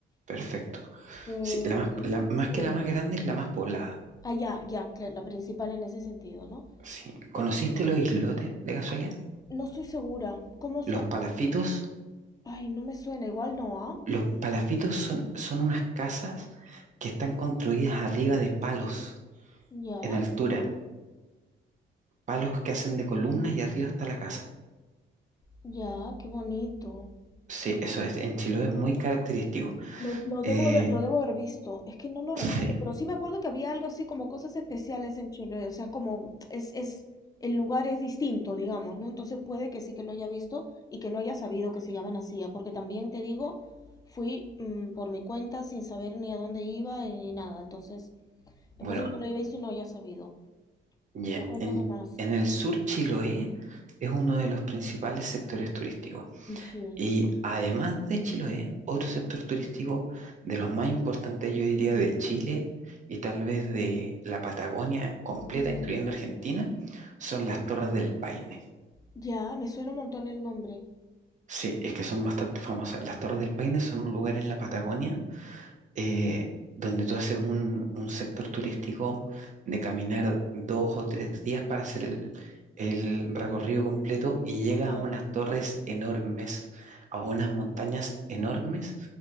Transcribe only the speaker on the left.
Eh,
sí,
Ah, ya, ya, claro, la principal en ese sentido, ¿no?
No estoy segura. ¿Cómo son?
Ay, no me suena. Igual no, ¿ah?
Ya,
ya, qué bonito.
Lo, lo
debo haber, lo debo haber visto. Es que no lo
recuerdo,
pero sí me acuerdo que había algo así como cosas especiales en Chile. O sea, es como es, es, el lugar es distinto, digamos, ¿no? Entonces puede que sí que lo haya visto y que no haya sabido que se llaman así, ¿ah? porque también te digo, fui mm, por mi cuenta sin saber ni a dónde iba eh, ni nada. Entonces, es
posible que no lo haya visto y no haya sabido.
Pero cuéntame
más.
Sí.
Ujú.
Ya, me suena un montón el nombre.
Ajá,